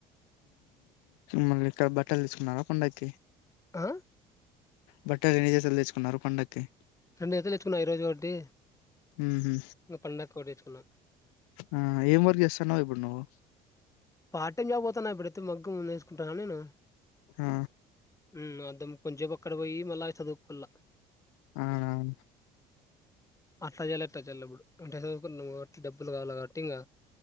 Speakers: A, on the left; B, on the left.
A: మళ్ళీ ఇక్కడ బట్టలు తీసుకున్నారా పండక్కి
B: ఆ
A: బట్టలు ఎన్ని జతలు తెచ్చుకున్నారు పండక్కి
B: రెండు జతలు తెచ్చుకున్నా ఈరోజు ఒకటి
A: ఉహు.
B: ఇంక పండక్కి ఒకటి తెచ్చుకున్నా
A: ఆ ఏం వర్క్ చేస్తున్నావు ఇప్పుడు నువ్వు
B: పార్ట్ టైం జాబ్ వోత్ తన ఇప్పుడైతే మగ్గము నేసుకుంటానా నేను
A: ఆ
B: ఉ అద్దం కొంచేపు అక్కడ పోయి మళ్ళా చదువుకుల్ల
A: ఆడా
B: అట్ల జేయాల ఇట్ల జేయాల ఇప్పుడు ఇంటర్ సదు నువ్వ డబ్బులు కావాల కావట్టి ఇంగ